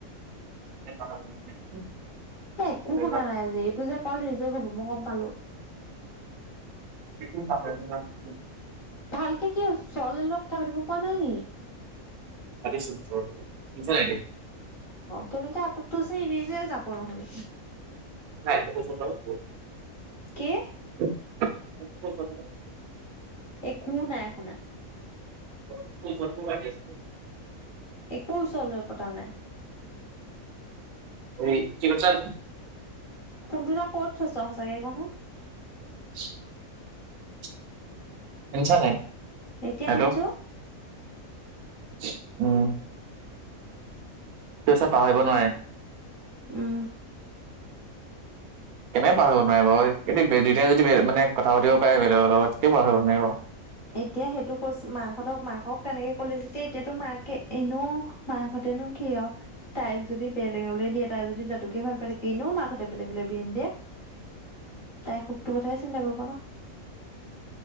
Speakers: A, on the right; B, on the left.
A: <unintelligible>
B: এ একো শুনা নাই যে, এইটো যে কল ৰিজেক্ হ'ব মই গম পালোঁ।
A: তাইকো পাহৰিব নোৱাৰে সেইটো।
B: ভালকে কি চলিলত কথা পাতিব পৰা নাই নেকি।
A: পাতিছোঁ চলিলত শুনিছেনে নাই এইটো।
B: তেনেকে আততটো যে এনেই এনেই যাব নহ'লে।
A: নাই কৈওঁচোন তই কওঁ।
B: কি?
A: <unintelligible>
B: একো নাই শুনা।
A: ফোনটো ওচৰতটো ৰাখি আছিলোঁ।
B: একো ওচৰত লৈ পতা নাই।
A: এই কি কৈছা।
B: ফোনটো তই ক'ত থৈছা সঁচাকে কওঁচোন।
A: <unintelligible> শুনিছানে নাই,
B: এতিয়া
A: হেল্ল'।
B: শুনিছো
A: <unintelligible> উম। কি কৈছা, পাহৰিব নোৱাৰে।
B: উম <inaudible>
A: কেনেকে পাহৰিৱা নোৱাৰিব, এ দুটাই যদি মানে কথা পাতিব পাৰে বেলেগৰ লগত কিয় পাৰাহৰিব নোৱাৰিব।
B: এতিয়া সেইটো কৈছো, মাহঁতক মাকক তেনেকে ক'লে যেতিয়া এতিয়াতো মাকে এনেও মকহত তেনো কি আৰু তাইক যদি বেলেগলৈ দিয়ে তাইক যদি দাদুকে ভাল পায় থাকে, এনেও মাকহঁতে বেলেগলৈ বিয়া নিদিয়ে। তাইৰ সুখটো কথায়ে চিন্তা কৰিব ন।